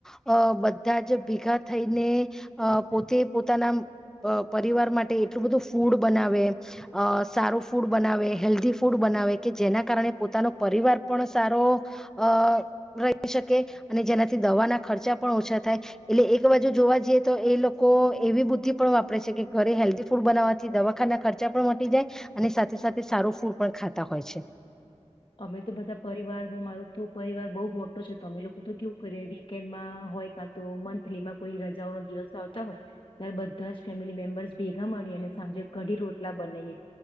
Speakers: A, in the centre; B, on the left.
A: અ બધા જ ભેગા થઈને અ પોતે પોતાના પરિવાર માટે એટલું બધું ફૂડ બનાવે અ સારું ફૂડ બનાવે હેલ્ધી ફૂડ બનાવે કે જેના કારણે પોતાનો પરિવાર પણ સારો અ રહી શકે અને જેનાથી દવાના ખર્ચા પણ ઓછા થાય એટલે એક બાજુ જોવા જઈએ તો એ લોકો એવી બુદ્ધિ પણ વાપરે છે, કે ઘરે હેલ્ધી ફૂડ બનાવવાથી દવાખાના ખર્ચા પણ મટી જાય અને સાથે-સાથે સારું ફૂડ પણ ખાતા હોય છે.
B: અમે તો બધા પરિવાર મારો તો પરિવાર બહુ મોટો છે, તો અમે લોકો તો કેવું કરી વીકેન્ડમાં હોય કાં તો મંથલીમાં કોઈ રજાઓ ન દિવસ આવતા હોય ત્યારે બધા જ ફેમિલી મેમ્બર્સ ભેગા મળીને સાંજે કઢી રોટલા બનાઈએ,